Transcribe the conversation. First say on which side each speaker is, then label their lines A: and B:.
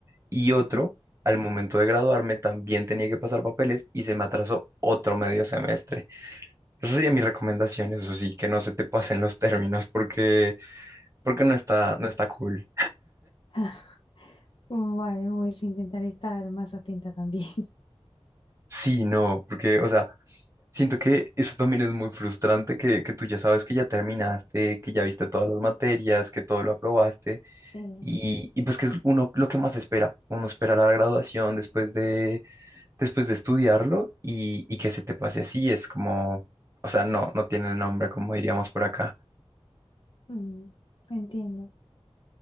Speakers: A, on the right; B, on the left.
A: Y
B: sí.
A: otro, al momento de graduarme, también tenía que pasar papeles y se me atrasó otro medio semestre. Esa sería mi recomendación, eso sí, que no se te pasen los términos porque, porque no está, no está cool.
B: <sighs> <laughs> Vale, voy a intentar estar más atenta también.
A: Sí, no, porque, o sea, Siento que eso también es muy frustrante, que, que tú ya sabes que ya terminaste, que ya viste todas las materias, que todo lo aprobaste
B: <laughs> Sí,
A: y, y pues que es uno lo que más espera. Uno espera la graduación después de, después de estudiarlo y, y que se te pase así. Es como, o sea, no, no tiene nombre, como diríamos por acá.
B: mm, entiendo.